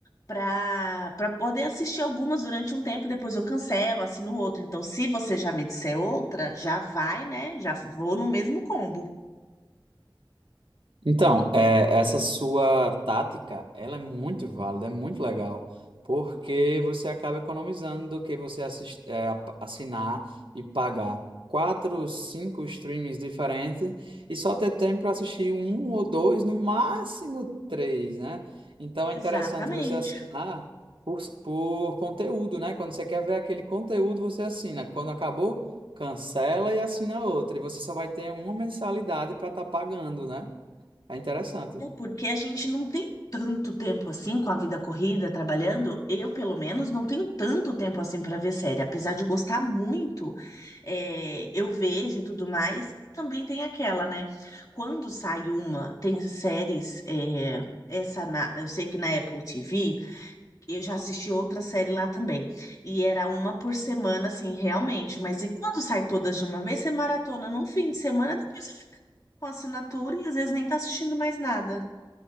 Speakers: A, on the left (about 45°); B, on the right (about 85°).
A: para para poder assistir algumas durante um tempo, depois eu cancelo, assino outra. Então, se você já me disser outra, já vai, né? Já vou no mesmo combo.
B: Então, é, essa sua tática, ela é muito válida, é muito legal, porque você acaba economizando do que você assis- é, ap- assinar e pagar quatro, cinco streams diferentes e só ter tempo para assistir um ou dois, no máximo três, né? Então
A: Exatamente.
B: é interessante você assinar por, por conteúdo, né? Quando você quer ver aquele conteúdo, você assina. Quando acabou, cancela e assina outra. E você só vai ter uma mensalidade para estar pagando, né? É interessante.
A: Até porque a gente não tem tanto tempo assim com a vida corrida, trabalhando. Eu, pelo menos, não tenho tanto tempo assim para ver série. Apesar de gostar muito, é, eu vejo e tudo mais. Também tem aquela, né? Quando sai uma, tem séries, é, essa na, eu sei que na Apple TV Eu já assisti outra série lá também. E era uma por semana, assim, realmente. Mas e quando sai todas de uma vez, você maratona num fim de semana depois com assinatura e às vezes nem tá assistindo mais nada.